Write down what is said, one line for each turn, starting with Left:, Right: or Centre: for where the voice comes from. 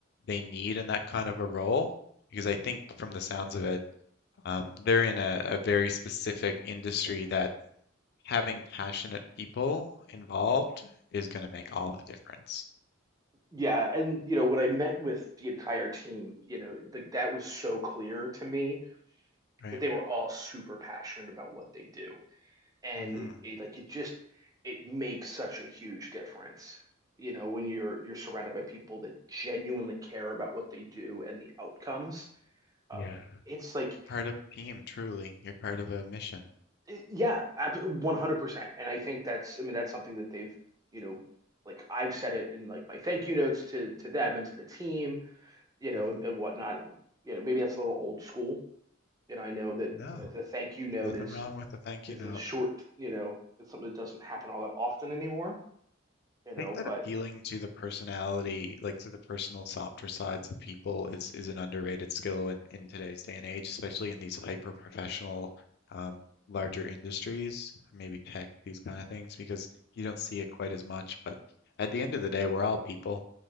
Left: they need in that kind of a role, because I think from the sounds of it, um, they're in a, a very specific industry that having passionate people involved is going to make all the difference,
Right: yeah, and you know when I met with the entire team, you know, like that was so clear to me
Left: right?
Right: that they were all super passionate about what they do, and
Left: hmm
Right: it, it like it just it makes such a huge difference. You know, when you're you're surrounded by people that genuinely care about what they do and the outcomes, um,
Left: Yeah.
Right: it's like,
Left: You're part of a team, truly. You're part of a mission.
Right: eh, yeah, ab- one hundred percent. And I think that's, I mean, that's something that they've, you know, like I've said it in like my thank you notes to to them and to the team you know,
Left: hmm
Right: and, and whatnot. you know, maybe that's a little old school. And I know that,
Left: No,
Right: you know, the thank you note
Left: nothing
Right: is
Left: wrong with a thank
Right: is
Left: you note.
Right: a short, you know, it's something that doesn't happen all that often anymore, you know,
Left: think that
Right: but
Left: appealing to the personality, like to the personal softer sides of people is is an underrated skill in in today's day and age, especially in these hyper professional um larger industries, maybe tech, these kind of things, because you don't see it quite as much. But at the end of the day, we're all people.